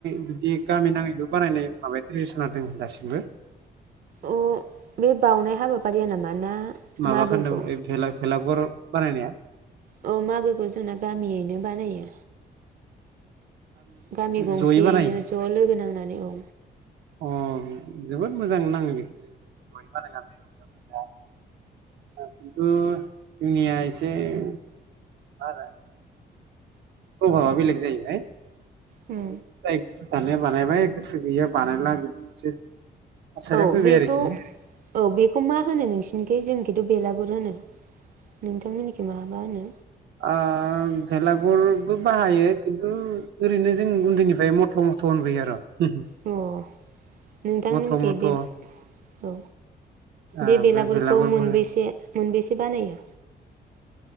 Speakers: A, on the right; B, on the right.
A: बिदि गामि नाङैबो बानायनाय माबाया ट्रेडिसना दङ दासिमबो
B: अ बे बाउनाय हाबाफारिया नामा ना
A: माबाखौ
B: मागोखौ
A: होनदों ओइ भेला-भेला गर बानायनाया
B: औ मागोखौ जोंना गामियैनो बानायो गामि गंसेयैनो
A: जयै बानायो
B: ज' लोगो नांनानै औ
A: अ जोबोद मोजां नाङो बेखो <unintelligible> खिन्थु जोंनिया एसे मा आरो अहाबा बेलेग जायैबाय
B: औ
A: <unintelligible> जानाया बानायबाय गोसो गैया बानायला बिदि मोनसे थासारिया
B: औ
A: फैबाय
B: बेखौ
A: आरोखि
B: औ बेखौ मा होनो नोंसिनिखै जोंनिखैथ' बेला गुर होनो नोंथांमोननिखौ माबा होनो
A: ओ भेलागुरबो बाहायो खिन्थु ओरैनो जों उन्दैनिफ्राय मथ' मथ' होनबोयो आरो <unintelligible>
B: अ नोंथांमोननिखै
A: मथ' मथ'
B: बे औ
A: ओमफ्राय
B: बे बेलागुरखौ
A: बेलागुर
B: मोनबैसे
A: बो
B: मोनबेसे बानायो